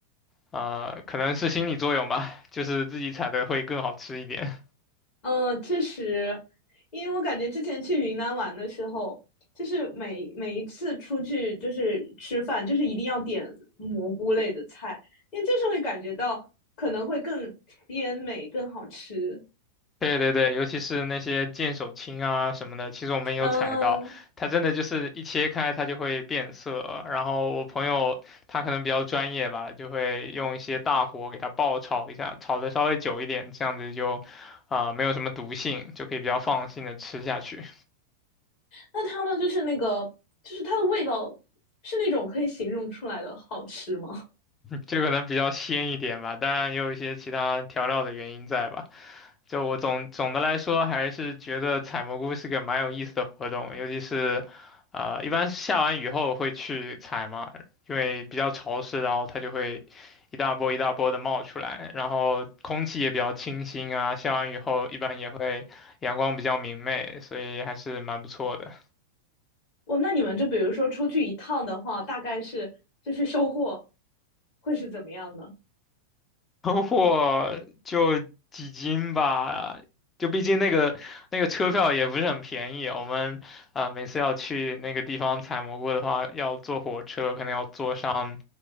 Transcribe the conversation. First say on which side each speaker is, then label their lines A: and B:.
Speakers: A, on the left; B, on the left.
A: 啊、可能是心理作用吧，就是自己采的会更好吃一点。
B: 呃，确实，因为我感觉之前去云南玩的时候，就是每每一次出去就是吃饭，就是一定要点蘑菇类的菜，因为就是会感觉到可能会更鲜美、更好吃。
A: 对对对，尤其是那些剑手青啊什么的，其实我们有采到，
B: 嗯，
A: 它真的就是一切开它就会变色。然后我朋友他可能比较专业吧，就会用一些大火给它爆炒一下，炒的稍微久一点，这样子就啊、没有什么毒性，就可以比较放心的吃下去。
B: 那它呢，就是那个，就是它的味道是那种可以形容出来的好吃吗？
A: 这可能比较鲜一点吧，当然也有一些其他调料的原因在吧。就我总总的来说，还是觉得采蘑菇是个蛮有意思的活动，尤其是，呃，一般下完雨后会去采嘛，因为比较潮湿，然后它就会一大波一大波的冒出来，然后空气也比较清新啊，下完雨后一般也会阳光比较明媚，所以还是蛮不错的。
B: 我那你们就比如说出去一趟的话，大概是就是收获会是怎么样呢？
A: 囤货就几斤吧，就毕竟那个那个车票也不是很便宜，我们啊、呃每次要去那个地方采蘑菇的话，要坐火车，可能要坐上